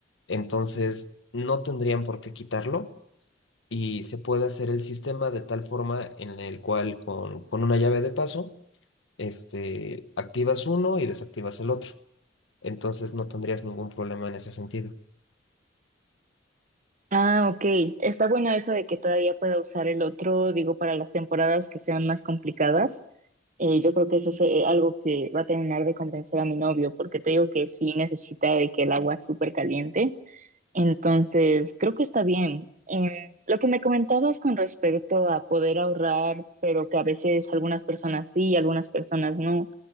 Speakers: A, on the left; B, on the right.
A: Entonces, no tendrían por qué quitarlo y se puede hacer el sistema de tal forma en el cual con, con una llave de paso, este, activas uno y desactivas el otro. Entonces, no tendrías ningún problema en ese sentido.
B: Ah, ok. Está bueno eso de que todavía pueda usar el otro, digo, para las temporadas que sean más complicadas. Eh, yo creo que eso es eh, algo que va a terminar de convencer a mi novio, porque te digo que sí necesita de que el agua es súper caliente. Entonces, creo que está bien. Eh, lo que me comentabas con respecto a poder ahorrar, pero que a veces algunas personas sí, algunas personas no.